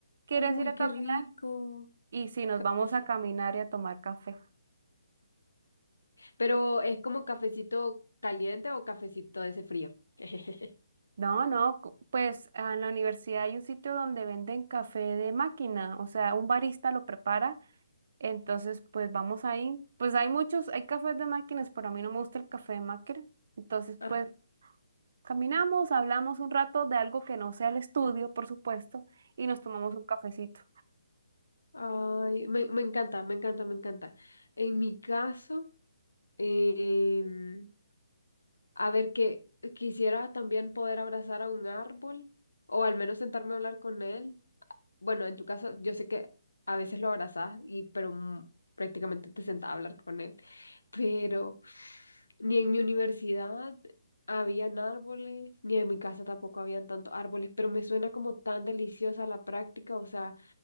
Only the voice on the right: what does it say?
¿Quieres
ir a caminar?
Y si nos
vamos a caminar y a tomar café.
No, no, cu- pues ah, en la universidad hay un sitio donde venden café de máquina, o sea, un barista lo prepara, entonces pues vamos ahí. Pues hay muchos, hay cafés de máquinas, pero a mí no me gusta el café de máquina. Entonces
pues caminamos, hablamos un rato de algo que no sea el estudio, por supuesto, y nos tomamos un cafecito.